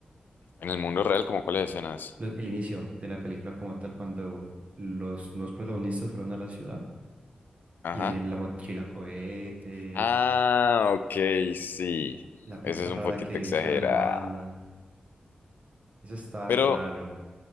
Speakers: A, on the left; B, on the right.
A: En el mundo real, como cuáles escenas.
B: Lo- el inicio de la película como tal, cuando los nuevos protagonistas fueron a la ciudad
A: Ajá.
B: y el- la mochila cohete,
A: Ah, ok, sí.
B: la pizza
A: Eso es
B: rara
A: un poquito
B: que
A: exagerado.
B: hizo la hermana, eso está
A: Pero
B: raro.